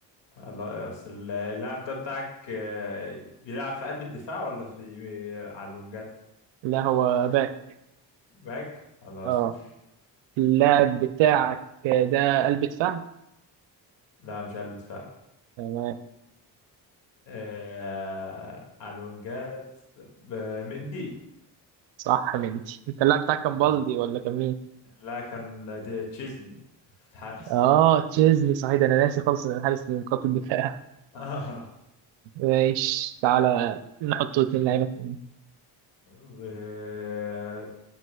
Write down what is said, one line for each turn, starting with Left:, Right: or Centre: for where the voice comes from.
Left: آه، لا اصل اللاعب ده بتاعك آه، بيلعب في قلب الدفاع ولا في على الوينجات
Right: لا هو باك
Left: باك خلاص
Right: اه
Left: ماشي
Right: اللاعب بتاعك ده قلب دفاع
Left: لا مش قلب دفاع
Right: تمام
Left: آه، على الوينجات ب- مندي
Right: صح مندي انت اللاعب بتاعك
Left: آه،
Right: كان بالدي ولا كان مين
Left: لكن دي تشيزني الحارس
Right: اه تشيزني صحيح ده انا ناسي خالص ان الحارس من خط الدفاع
Left: <laughs> آه.
Right: ماشي تعالى نحط اتنين لعيبه تانيين
Left: و-